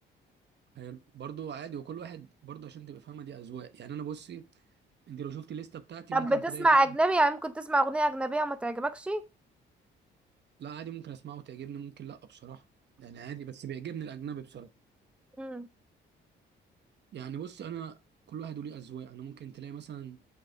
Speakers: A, on the right (about 60°); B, in the centre.
A: حلو برضو عادي وكل واحد برضو عشان تبقى فاهمه دي اذواق يعني انا بصي انت لو شفتي الليسته بتاعتي
B: طب
A: ممكن
B: بتسمع
A: تلاقي
B: اجنبي يعني ممكن تسمع اغنيه اجنبيه وما تعجبكش
A: لا عادي ممكن اسمعه وتعجبني ممكن لا بصراحه يعني عادي بس بيعجبني الاجنبي بصراحه
B: مم.
A: يعني بص انا كل واحد وليه اذواق انا ممكن تلاقي مثلا